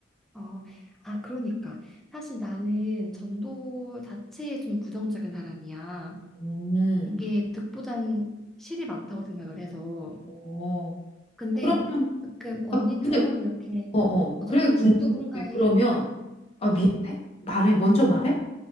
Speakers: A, in the centre; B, on the left (about 35°).
A: 어, 아, 그러니까. 사실 나는 전도 자체에 좀 부정적인 사람이야.
B: 음,
A: 이게 득보단 실이 많다고 생각을 해서.
B: 어,
A: 근데
B: 그러면
A: 가끔 언니처럼
B: 아, 근데
A: 이렇게
B: 어, 어.
A: 어쨌든
B: 그래, 궁금해.
A: 누군가의
B: 그러면, 아,
A: 어,
B: 미안해? 말해. 먼저 말해?